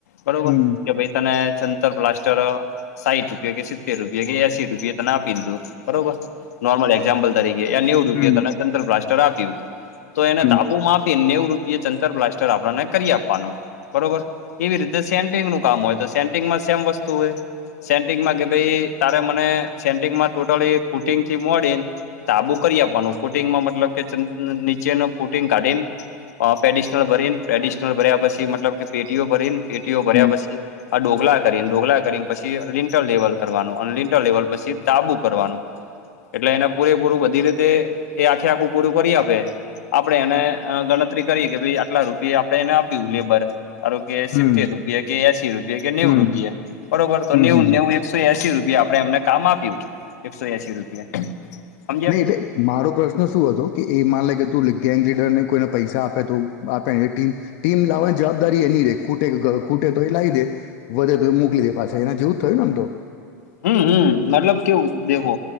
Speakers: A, on the left; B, on the left.
A: બરોબર
B: હમ
A: કે ભાઈ તને છંતર બ્લાસ્ટર સાહીઠ રૂપિયા કે સિત્તેર રૂપિયા કે એસી રૂપિયા તને આપી લીધું બરોબર નોર્મલ એઝામ્પલ નેઉ રૂપ
B: હમ
A: સર પ્લાસ્ટર આપ્યું તો એને
B: હમ
A: તાબુમાં આપીને નેઉ રૂપ જંતર પ્લાસ્ટ આપને કરી આપવાનું બરોબર એવી રીતે સે કામ હોય તો <unintelligible> માં સેમ વસ્તુ હે. સેન્ટિંગ માં કે ભઈ તારે મને સેન્ટિંગમાં ટોટલી ફૂટિંગથી મોડીન તાબુ કરી આપવાનું, કુટિંગમાં મતલબ કે નીચે નું ફુટિંગ કાઢીન અહ પેડિશનલ ભરીન, પ્રેડિશનલ ભર્યા પછી મતલબ કે પેટીઓ ભરીન, પેટીઓ ભર્યા
B: હમ
A: પછી આ ડોગલા કરીન, ડોગલા કરીને પછી લિંટર લેવલ કરવાનું અન લિંટર લેવલ પછી તાબુ કરવાનું. એટલે એને પૂરેપૂરું બધી રીતે એ આખે આખું પૂરું કરી આપે આપણે એને અહ ગણતરી કરી કે ભઈ આટલા રૂપિયા આપણે એને આપ્યું લેબર. ધારો કે
B: હમ
A: સિત્તેર રૂપીયા, કે એસી રૂપીયા, કે નેવું
B: હમ
A: રૂપીયા, બરોબર? તો
B: હમ
A: નેવું,
B: હમ
A: નેવુંન એક સો એસી રૂપિયા આપડે એમને કામ આપ્યું. એકસો એસી રૂપિયા. સમજ્યા
B: નહીં. મારો પ્રશ્ન શું હતો કે એ માન લાગે તું ગેંગ લીડરને કોઈને પૈસા આપે તો આપે એને ટીમ, ટીમ લાવવાની જવાબદારી એની રે, ખૂટે અહ ખૂટે તો એ લાઈ દે. વધે તો મોકલી દે પાછા, એના જેવું થયુંને આમ તો.
A: હમ્મ-હમ્મ. મતલબ કેવું દેખો